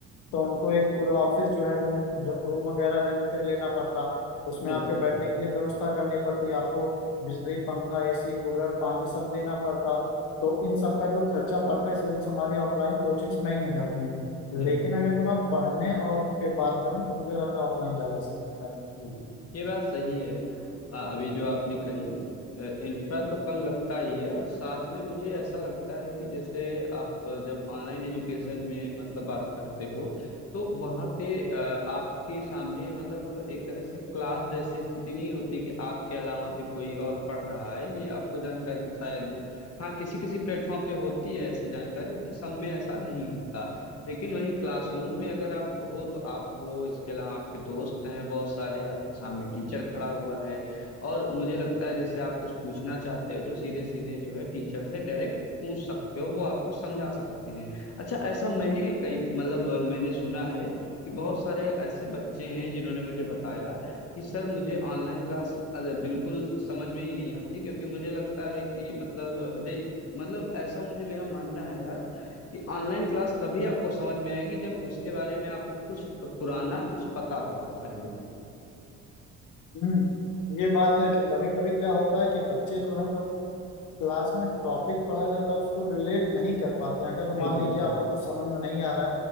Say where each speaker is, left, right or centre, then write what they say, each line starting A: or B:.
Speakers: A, on the left (about 85°); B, on the left (about 55°).
A: तो उनको एक पूरा ऑफिस जो है रूम रूम वगैरह रेंट पे लेना पड़ता उसमें
B: बिल्कुल
A: आपके बैठने के लिए व्यवस्था करनी पड़ती आपको बिजली पंखा एसी कूलर पानी सब देना पड़ता तो इन सब का जो खर्चा पड़ता है इस वजह से हमारी ऑफलाइन कोचिंग्स महंगी हो जाती हैं
B: बिल्कुल
A: लेकिन अगर मैं पढ़ने और पे बात करूँ तो मुझे लगता है ऑफलाइन ज़्यादा सही रहता है
B: हम्म, ये बात सही है अ, अभी जो आपने कही इंफ्रा तो कम लगता ही है और साथ में मुझे ऐसा लगता है कि जैसे आप जब ऑनलाइन एजुकेशन में मतलब बात करते हो तो वहाँ पे अ, आपके सामने मतलब एक तरह से क्लास जैसी स्थिति नहीं होती कि आपके अलावा भी कोई और पढ़ रहा है ये आपको जानकारी शायद हाँ किसी किसी प्लेटफॉर्म पे होती है ऐसी जानकारी लेकिन सब में ऐसा नहीं होता लेकिन वहीं क्लासरूम में अगर आप हो तो आप हो इसके अलावा आपके दोस्त हैं बहुत सारे आपके सामने टीचर खड़ा हुआ है और मुझे लगता है जैसे आप कुछ पूछना चाहते हो तो सीधे सीधे जो है टीचर से डायरेक्ट पूछ सकते हो वो आपको समझा सकते हैं अच्छा ऐसा मैंने कई मतलब अ, मैंने सुना है कि बहुत सारे ऐसे बच्चे हैं जिन्होंने मुझे बताया कि सर मुझे ऑनलाइन क्लास अ, बिल्कुल समझ में ही नहीं आती क्योंकि मुझे लगता है कि मतलब दे मतलब ऐसा मुझे मेरा मानना है यार कि ऑनलाइन क्लास तभी आपको समझ में आएगी जब उसके बारे में आपको कुछ पुराना कुछ पता होगा पहले
A: हम्म ये बात है कि कभी कभी क्या होता है कि बच्चे जो हैं जो क्लास में टॉपिक पढ़ा जाता है उसको रिलेट नहीं कर पाते हैं अगर जो मान
B: बिल्कुल
A: लीजिए आपको कुछ समझ में नहीं आ रहा है